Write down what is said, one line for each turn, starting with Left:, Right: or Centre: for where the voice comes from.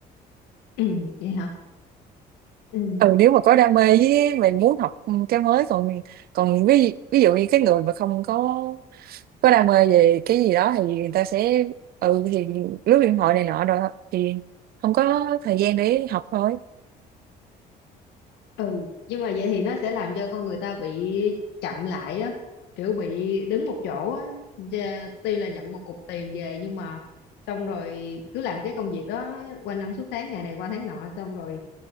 Left: <clears throat> vậy hả ừ
Right: ừ nếu mà có đam mê với mày muốn học cái mới còn còn ví ví dụ như cái người mà không có có đam mê về cái gì đó thì người ta sẽ ừ thì lướt điện thoại này nọ rồi thì không có thời gian để học thôi
Left: ừ nhưng mà vậy thì nó sẽ làm cho con người ta bị chậm lại á kiểu bị đứng một chỗ á Dạ, tuy là nhận một cục tiền về nhưng mà xong rồi cứ làm cái công việc đó qua năm suốt tháng ngày này qua tháng nọ xong rồi